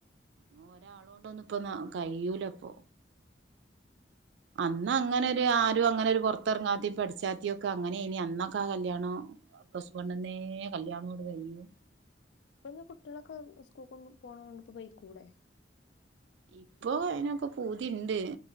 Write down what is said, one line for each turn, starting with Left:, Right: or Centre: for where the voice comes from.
Right: അ ഒരാളൊണ്ട ഒന്നും ഇപ്പൊ കഴൂലപ്പൊ അന്ന് അങ്ങനെ ഒരു ആരും അങ്ങനെ ഒരു പുറത്തിറങ്ങാത്തി പഠിച്ചാത്തി ഒക്കെ അങ്ങനെ ഇനി അന്നൊക്കെ ആ കല്യാണണം പണ്ന്നെ കല്യാണോട് കഴു
Left: ഇ കുട്ടികളൊക്കെ സ്കൂൾ പോണതണ്ട് ഇപ്പ ബൈക്കൂടെ
Right: ഇപ്പൊ അയിനൊക്കെ പൂതി ഉണ്ട്